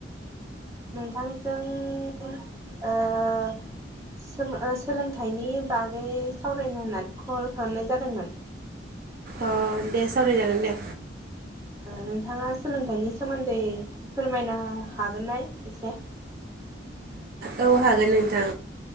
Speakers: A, on the right; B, on the right.
A: नोंथांजों सोलोंथाइनि बागै सावरायनो होननानै कल खालामनाय जादोंमोन
B: अ दे सावरायजागोन दे
A: नोंथाङा सोलोंथाइनि सोमोन्दै फोरमायनो हागोन ननाय एसे
B: औ हागोन नोंथां